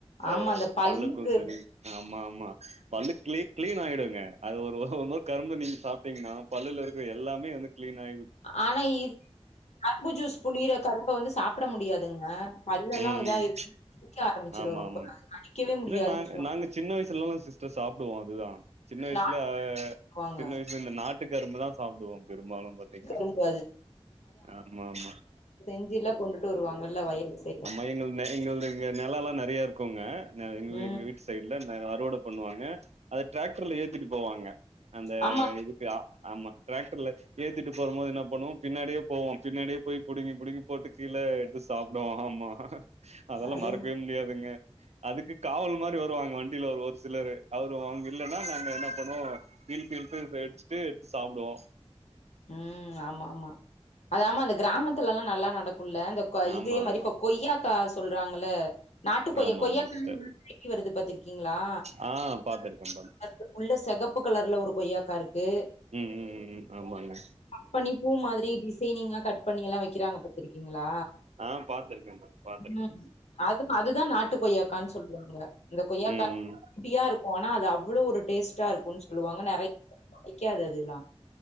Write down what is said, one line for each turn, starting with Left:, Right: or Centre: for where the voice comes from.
Left: ஆமா
Right: அ
Left: அந்த பல்லுக்கு
Right: பல்லுக்கும் சரி ஆமா ஆமா பல்லு கிளீன் ஆகிடுங்க அது ஒரு கரும்பு நீங்க சாப்பிட்டீங்க பல்லுல இருக்க எல்லாமே வந்து கிளீன் ஆகும்
Left: ஆனா இது கரும்பு ஜூஸ் புளிற கரும்ப வந்து சாப்பிட முடியாதுங்க பல்லு எல்லாம்
Right: ம்
Left: இதா
Right: ம்
Left: இருடிக்க ஆரம்பிச்சிட
Right: ஆமா
Left: ரொம்ப
Right: ஆமாங்க
Left: கடிக்கவே முடியாதுன்னு
Right: இல்ல நாங்க
Left: சொல்ல
Right: நாங்க சின்ன வயசுலலாம் சிஸ்டர் சாப்பிடுவோம் அதுதான் சின்ன
Left: அது
Right: வயசுல
Left: நாட்டுவாங்க.
Right: சின்ன வயசு இந்த நாட்டு கரும்புதான் சாப்பிடுவோம் பெரும்பாலும் பாத்தீங்கனா
Left: கரும்பு
Right: ஆமா ஆமா
Left: செஞ்சுலாம் கொண்டுட்டு வருவாங்கல்ல வயல் செய்ய
Right: யங்கள் எ நிலம் எல்லாம் நிறைய இருக்கும்ங்க எ
Left: ம்
Right: எங்க வீட்டு சைடல அறுவடை பண்ணுவாங்க அதை டிராக்டர்ல ஏத்திட்டு போவாங்க அந்த
Left: ஆமா
Right: இதுக்கு ஆமா டிராக்டர்ல ஏத்திட்டு போற போது என்ன பண்ணுவோம் பின்னாடியே போவோம் பின்னாடியே போய் பிடிங்க பிடிங்கி போட்டு கீழ சாப்டும் ஆமா அதெல்லாம்
Left: அது
Right: மறக்கவே முடியாதுங்க அதுக்கு காவல் மாதிரி வருவாங்க வண்டி ஒரு ஒரு சிலர் அவரும் அவங்க இல்லன்னா நாங்க என்ன பண்ணுவோம் இழ்த்தழு சடிச்சுட்டு எடுத்து சாப்பிடுவோம்
Left: ம் ஆமா ஆமா அத ஆமா அந்த கிராமத்துல எல்லாம் நல்லா நடக்கும்ல இந்த
Right: ஆமா
Left: இதே மாதிரி
Right: ஆமா
Left: இப்ப கொய்யாக்கா சொல்றாங்கள நாட்டு
Right: ஆமா
Left: கொய்யாக்கா
Right: ஆமா சிஸ்டர்
Left: வருது பத்திர இருங்களா
Right: ஆ பாத்துருக்கே பாத்
Left: இரு உள்ள சகப்பு கலர்ல ஒரு கொய்யாக்கா இருக்கு
Right: ம் ம் ம் ம் ஆமாண்ண
Left: கட் பண்ணி பூ மாதிரி டிசைனிங்கா கட் பண்ணி எல்லாம் வைக்கிறாங்க பாத்திருக்கீங்களா
Right: ஆ பாத்திருக்கேன் பாத்திருக்கேன்
Left: ம் அது அதுதான் நாட்டு கொய்யாக்கான்னு சொல்லுவாங்க இந்தந்த கொய்யா
Right: ம்
Left: காியா
Right: ம்
Left: இருக்கும் னா அது அவ்வளவு ஒரு டேஸ்ட்டா இருக்கும்னு சொல்லுவாங்க நிறைய கிடைக்காதுெல்லாம்